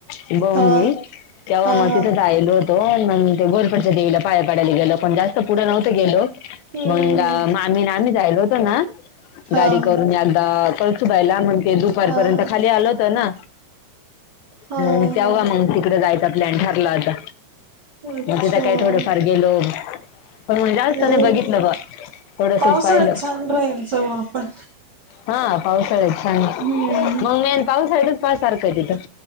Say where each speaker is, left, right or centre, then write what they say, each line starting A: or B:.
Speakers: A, on the left; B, on the right.
A: ते भाऊ
B: हा
A: न मी तेव्हा
B: हा
A: मग
B: हा.
A: तिथ जायलोत. - तो. म ते घोरपडच्या देवीला पाया पडायला गेलो पण जास्त पुढं नव्हतो गेलो.
B: हम्म
A: मंग
B: हम्म हम्म
A: मा - आम्ही जायलो होतो ना
B: हा
A: गाडी करून एकदा कळसूबाईला? मगं ते दुपारपर्यंत
B: हा हा
A: - होत ना?
B: हा
A: मंग तेव्हा
B: हा
A: मंग तिकड जायचा प्लॅन ठरला होता.
B: अच्छा.
A: म तिथं काही थोडे फार गेलो. पण मंग जास्त
B: हो
A: नाही बघितलं बुवा. थोडसच
B: पावसाळ्यात
A: पाहिलं.
B: छान राहील जाऊ आपण.
A: हा. पावसाळ्यात छान-
B: हम्म.
A: नाई अन पावसाळ्यातच पाहाय सारखंये तिथं.